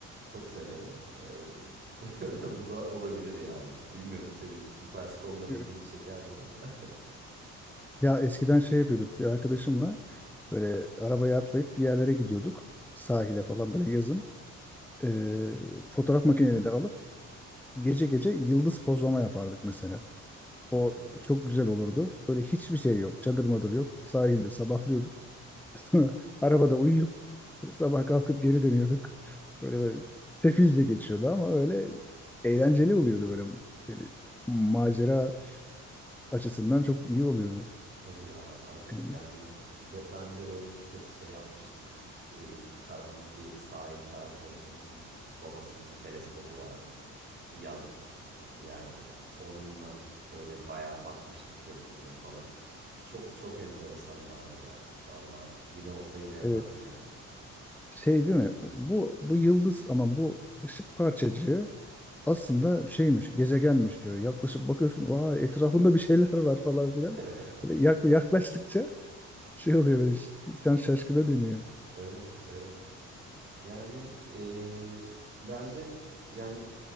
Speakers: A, on the right; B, in the centre.
A: çok severim. Ee, <laughs> Bu da olabilir yani. Bilmiyorum senin bu tarz konular ilgini
B: Evet.
A: çeker mi ama. <laughs>
B: Ya eskiden şey yapıyorduk bir arkadaşımla böyle arabaya atlayıp bir yerlere gidiyorduk. Sahile falan böyle yazın. E, fotoğraf makineleri de alıp gece gece yıldız pozlama yapardık mesela. O
A: Hmm.
B: çok güzel olurdu. Böyle hiçbir şey yok. Çadır madır yok. Sahilde sabahlıyorduk. <laughs> Arabada uyuyup sabah kalkıp geri dönüyorduk. Böyle, böyle sefilce geçiyordu ama öyle eğlenceli oluyordu böyle. Böyle macera açısından çok iyi oluyordu.
A: Tabii ya abi
B: Yani,
A: yani be- ben de böyle bir kez şey yapmıştım. Öyle bir karanlık bir sahilde arkadaşımızın babasının teleskobu vardı. Bir yazlık e, bir yerde. Onunla böyle bayağı bakmıştık gökyüzüne falan. Çok çok enteresandı abi ya. Valla yine olsa yine yaparım
B: evet.
A: yani.
B: Şey değil mi? Bu bu yıldız ama bu ışık parçacığı aslında şeymiş gezegenmiş diyor. Yaklaşıp bakıyorsun vay etrafında bir şeyler var falan filan.
A: <laughs>
B: Böyle yak- yaklaştıkça şey oluyor böyle ş- insan şaşkına dönüyor.
A: Evet evet. Yani e, bence yani